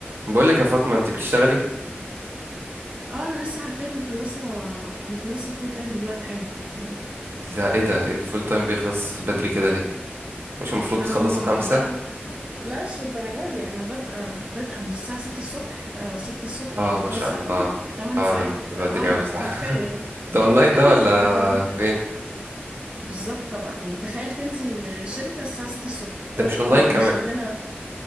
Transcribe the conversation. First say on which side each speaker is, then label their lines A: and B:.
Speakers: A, on the right; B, on the right.
A: بقول لك يا فاطمة انت بتشتغلي
B: اه انا لسه حرفيا مخلصه مخلصه الفول تايم دلوقتي حالا حرفيا
A: لا ايه ده ايه الفول تايم بيخلص بدري كده ليه مش المفروض
B: انا
A: بتخلصوا
B: ما هو
A: خمسة
B: ببداه لا مش الدرجه دي انا بادئه بادئه من الساعه 6 الصبح ف 6 الصبح
A: اه
B: يعني بخلص
A: ما شاء
B: الساعه
A: الله
B: 2 8
A: اه
B: ساعات
A: ده ده
B: فاه
A: بدري اوي صح
B: حرفيا
A: <laughs> ده اونلاين
B: <laughs>
A: ده ولا
B: وبدري جدا
A: فين
B: بالظبط طبعا يعني تخيل تنزل شركه الساعه 6 الصبح
A: ده
B: اه
A: مش اونلاين كمان
B: انا شغاله في-